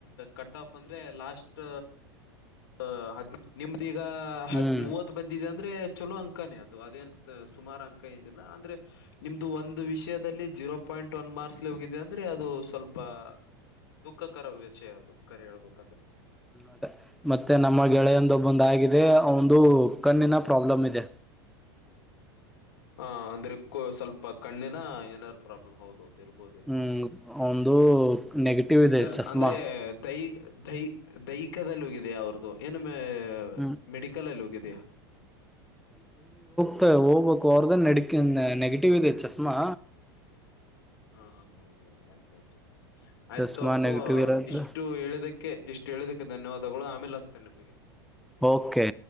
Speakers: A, on the left; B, in the centre.
A: ಕಟ್ ಆಫ್ ಅಂದ್ರೆ ಲಾಸ್ಟ್ ಅ ಹದ್ ನಿಮ್ದ ಈಗ ಹತ್
B: ಹ್ಮ್
A: ಮೂವತ್ ಬಂದಿದೆ ಅಂದ್ರೆ ಚಲೋ ಅಂಕಾನೇ ಅದು ಅದೇಂತ ಸುಮಾರು ಅಂಕ ಏನಿಲ್ಲ ಅಂದ್ರೆ ನಿಮ್ದು ಒಂದು ವಿಷಯದಲ್ಲಿ ಜೀರೋ ಪಾಯಿಂಟ್ ಪಿಂಟ್ ಒ ಮಾರ್ಕ್ಸ್ೋಗಿದೆ ಅಂದ್ರೆ ಅದು ಸ್ವಲ್ಪ ದುಃಖಕರ ವಿಷಯ ಅದು ಕರಿ ಹೇಳ್ಬೇಕಂದ್ರೆ
B: ಅದೇ ಮತ್ತೆ ನಮ್ಮ ಗೆಳೆಯಂದಬ್ಬಂದ ಆಗಿದೆ ಒಂದು ಕಣ್ಣಿನ ಪ್ರಾಬ್ಲಮ್ ಇದೆ
A: ಹಾ ಅಂದ್ರೆ ಸ್ವಲ್ಪ ಕಣ್ಣಿನ ಏನಾದಾರ ಪ್ರಾಬ್ಲಮ್ ಹೌದೌದು ಇರ್ಬೋದು ಇರ್ಬೋದು
B: ಹ್ಮ್ ಒಂದು ನೆಗೆಟಿವ್
A: ಫಿಸಿಕಲ್
B: ಇದೆ ಚಸ್ಮಾ
A: ಅಂದ್ರೆ ದೈ ದೈ ದೈಹಿಕದದಲ್ಲಿ ಹೋಗಿದ್ಯಾ ಅವ್ರದ್ದು ಏನಮ್ಮ
B: ಹ್ಮ್
A: ಮೆಡಿಕಲ್ ಅಲ್ಲಿ ಹೋಗಿದೆಯಾ
B: ಮತ್ತ ಓಬಕ್ ಅವದ ನಡಕ್ಕ ನೆಗಟಿವ್ ಇದೆ ಚಷ್ಮಾ
A: ಹಾ ಹಾ ಹೆ ಹೆ ಆಯ್ತಾಯಯ್ತು ಆಯ್ತು
B: ಚಸ್ಮಾ
A: ಅಪ್ಪು
B: ನೆಗೆಟಿವ್ ಇರತ್ತ
A: ಇಷ್ಟು ಹೇಳಿದಕ್ಕೆ ಇಷ್ಟು ಹೇಳಿದಕ್ಕೆ ಧನ್ಯವಾದ ಗಳು ಆಮೇಲೆ ಅ್ತೆ ನಿಮಗೆ
B: ಓಕೆ